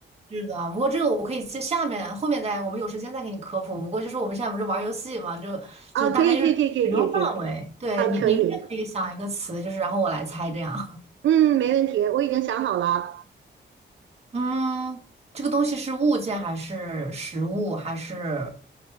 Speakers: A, on the right; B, on the right.
A: 是的，不过这个我可以在下面后面再，我们有时间再给你科普。不过就是我们现在不是玩游戏嘛，就就大概就是使用范围。
B: 啊，可以可以可以可以可以可以啊，
A: 对你，
B: 可以，
A: 你那边可以想一个词，就是然后我来猜这样。
B: 嗯，没问题，我已经想好了，
A: <laughs> 嗯，这个东西是物件还是实物，还是